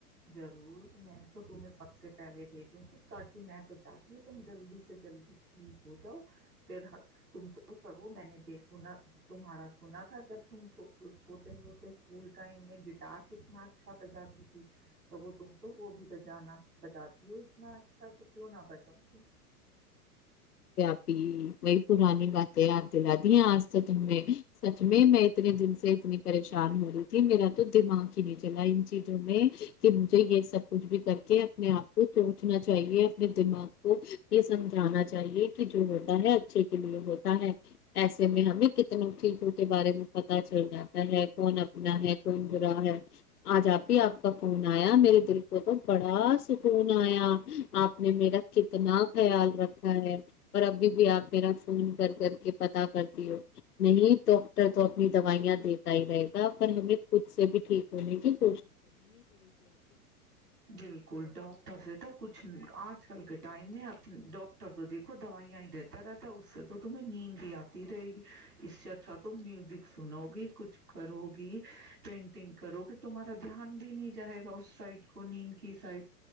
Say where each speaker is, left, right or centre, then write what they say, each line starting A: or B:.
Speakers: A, on the right; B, on the left.
A: ضرور میں تو تمہیں سب سے پہلے بھیجوں گی تاکہ میں تو چاہتی ہوں تم جلدی سے جلدی ٹھیک ہو جاؤ پھر تم تو سرو میں نے سنا تمہارا سنا تھا جب تم چھوٹے ہوٹے اسکول ٹائم میں گٹار کتنا اچھا پجاتی تھی سگو تم تو وہ بھی بجانا بجاتی ہو اتنا اچھا تو کیوں نہ بجاؤ تم
B: جی آپی وہئی پرانی گاتیں یاد دلادی ہیں آج تو تم نے سچ میںم میں اتنے دن سے اتنی پریشان ہو رہی تھی میرا تو دماغ ہی نہیں چلا ان چیزوں میں کہ مجھے یہ سب کچھ بھی کر کے اپنے آپ کو سوچنا چ چاہیے اپنے دماغ کو یہ سمجھانا چاہیے یہ کہ جو ہوتا ہے اچھے کے لیے ہوتا ہے ایسے میں ہمیں کتنوں چیزوں کے بارے میں پ پتا چل جاتا ہے کون اپنا ہے کون برا ہے آج آپ آپ کا فون آیا میرے دل کو تو بڑا سکون آیا آپ نے میرا کتنا خیال رکھا اور ابھی بھی آپ میرا فون کر کر کے پتا کرتی ہو نہیں ڈاکٹر تو اپنی دوائیاں دیتا ہی رہے گا پر ہمیں خود سے بھی ٹھیک بلیےک
A: بالکل ڈاکاکٹر سے تو کچھ آج کل کے ٹائم میں ڈاکٹر تو دیکھو دوائیاں ہی دیتا رہتا ہے اس سے تو تمہیں نیند ہی آتی رہے گی اس سے اچھا تم میوزک سنو گی کچھ کرو گی پینٹنگ کرو گی تم دھیان بھی نہیں جائے گا اس سائڈ کو نیند کی سائڈ